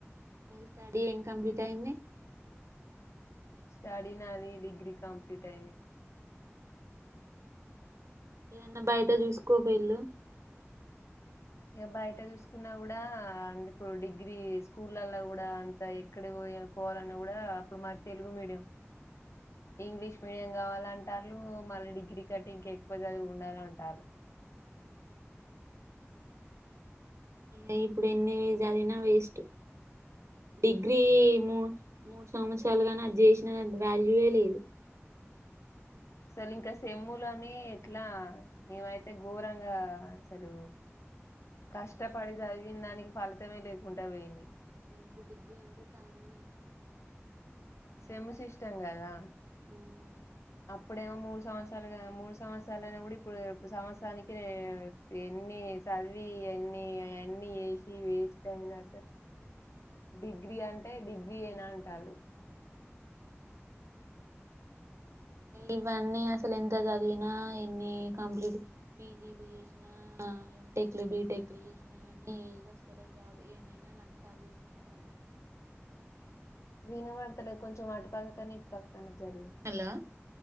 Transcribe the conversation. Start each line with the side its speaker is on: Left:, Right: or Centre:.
Right: స్టడీ ఏం కంప్లీట్ అయింది
Left: స్టడీ నాది డిగ్రీ కంప్లీట్ అయింది
Right: ఏదన్నా బయట చూసుకో పోయిళ్ళు
Left: ఇక బయట చూసుకున్నా కూడా అందు ఇప్పుడు డిగ్రీ స్కూల్ల్లో కూడా అంత ఎక్కడ పోయి పోవాలన్నా కూడా అప్పుడు మా తెలుగు మీడియం ఇంగ్లీష్ మీడియం కావాలంటారు మళ్ళీ డిగ్రీ కట్టి ఇంకా ఎక్కువ చదివి ఉండాల అంటారు
Right: ఇ ఇప్పుడు ఎన్ని చదివిన వేస్ట్ డిగ్రీ ము మూడు సంవత్సరాలుగానీ అది చేసిన అది వాల్యూవే లేదు
Left: అసలు ఇంకా సెమ్ములోని ఎట్లా మేమైతే ఘోరంగా అసలు కష్టపడి చదివిన దానికి ఫలితమే లేకుండా పోయింది
Right: ఇప్పుడు డిగ్రీ అంటే కామన్
Left: సేమ్ సిస్టం కదా
Right: అయిపోయింది
Left: అప్పుడేమో మూడు సంవత్సరాలు మూడు సంవత్సరాలు అయినా కూడా ఇప్పుడు సంవత్సరానికి ఎన్ని చదివి ఎన్ని ఎన్ని చెసి వేస్ట్ అయింది అక్క డిగ్రీ అంటే డిగ్రీ ఏనాంటే ంటదు
Right: ఇవన్నీ అసలు ఎంత చదివినా ఎన్ని కంప్లీట్ పీజీలు చేసినా ఎటెక్లు బీటెక్లు చేసినా కానీ ఏదిస్తలే జాబ్ ఏమైనా లంచాలు తీసుకుంటాల
Left: విన పడతడ కొంచెం ఆటు పక్క కానీ ఇటు పక్క కన జరు
Right: హలో